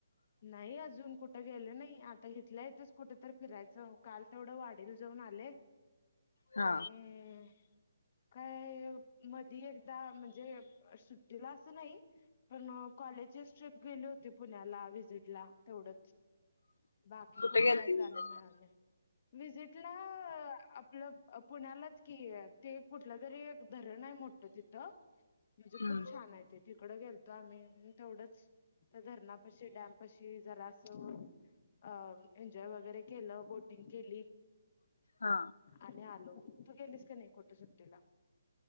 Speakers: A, on the left; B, on the left.
A: नाही अजून कुठं गेले नाही आता इथल्या यथच कुठ तररी फिरायचं काल तेवढं वाढल जाऊन आले
B: हा
A: आणि काय मधी एकदा म्हणजे सुट्टीला असं नाही पण कॉलेजचीच ट्र्रीप गेली होती पुण्याला व्हिजिटला तेवढंच बाकी
B: कुठे
A: कुठ
B: गेलती
A: काय झाला
B: विजिट?
A: मिळालं विजिटला आपलं पुण्यालाच कि आहे ते कुठलं तरी धरण आहे मोठत तिथं म्हणजे
B: हम्म
A: खूप छान आहे ते तिकडं गेलतो आम्ही तेवढंच तर धरणापशी डॅम अशी जरा असं अ एन्जॉय वगैरे केलं बोटिंग केली
B: हा
A: आणि आलो तू गेलीस का नाही कुट सुट्टीला